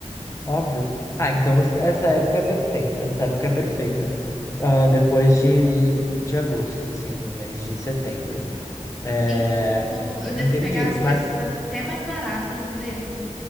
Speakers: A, on the left (about 25°); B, in the centre.
A: Óbvio. Ah, então você- essa época é perfeita. Essa época é perfeita. Ah, depois de, de agosto, assim, no mês de setembro. É...
B: Sim. Bom, eu
A: Entendi,
B: devo pegar as
A: mas
B: coisas até mais baratas, não devo?